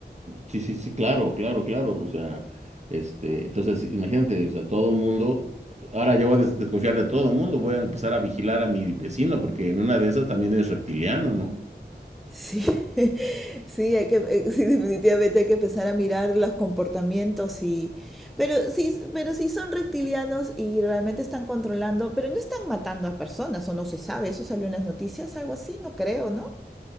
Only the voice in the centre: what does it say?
Sí, <laughs> sí, hay que, eh, sí, definitivamente hay que empezar a mirar los comportamientos y, pero sí, pero sí son reptilianos y realmente están controlando, pero no están matando a personas o no se sabe, eso salió en las noticias, algo así, no creo, ¿no?